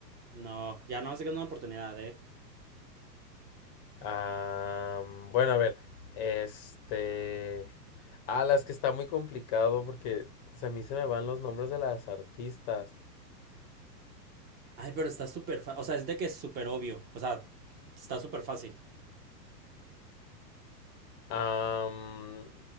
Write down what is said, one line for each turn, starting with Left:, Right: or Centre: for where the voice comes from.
Right: No, ya no más se queda una oportunidad, ¿eh?
Left: Ah, bueno, a ver, este... Ah, las que está muy complicado porque se- a mí se me van los nombres de las artistas.
Right: Ay, pero está súper fácil. O sea, es de que es súper obvio. O sea, está súper fácil.
Left: Ah,